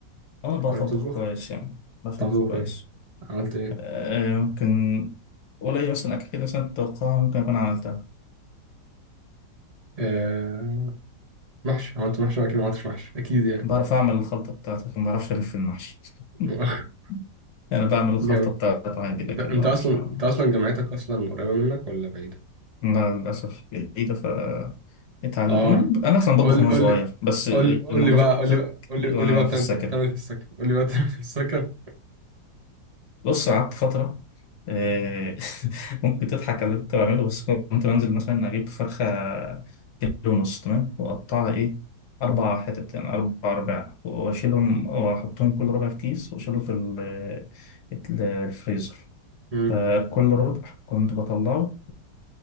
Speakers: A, on the left; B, on the right.
A: انا بطبخ
B: جربت تطبخ
A: كويس يعني بطبخ
B: بتعرف تطبخ
A: كويس
B: ايه عملت ايه
A: آه ممكن قليل مثلا اكل كده مثلا تتوقعها ممكن اكون عملتها
B: آه... محشي عملت محشي اكيد ما عملتش محشي اكيد يعني
A: بعرف اعمل الخلطه بتاعتي لكن ما بعرفش الف المحشي
B: <laughs>
A: <laughs> أنا بعمل الخلطة
B: جامد
A: بتاعته عادي لكن
B: انت انت
A: ما أعرفش
B: اصلا
A: أعمل
B: انت اصلا جامعتك اصلا قريبه منك ولا بعيده
A: لا للأسف بعيدة ف اتعلم
B: اه
A: أنا أصلا بطبخ
B: قول
A: وأنا
B: قول
A: صغير
B: لي
A: بس
B: قول لي قول
A: الموضوع
B: لي بقى
A: زاد
B: قول
A: زاد
B: لي بقى
A: كتير
B: قول لي قول
A: وأنا
B: لي بقى بتعمل
A: في السكن
B: بتعمل إيه في السكر قول لي بقى بتعمل إيه في السكر
A: بص قعدت فترة آه، <laughs> ممكن تضحك على اللي كنت بعمله بس كنت بنزل مثلا أجيب فرخة كيلو ونص تمام وأقطعها إيه أربع حتت يعني أربع أرباع وأشيلهم وأحطهم كل ربع في كيس وأشيله في ال- الفريزر
B: مم.
A: فكل ربع كنت بطلعه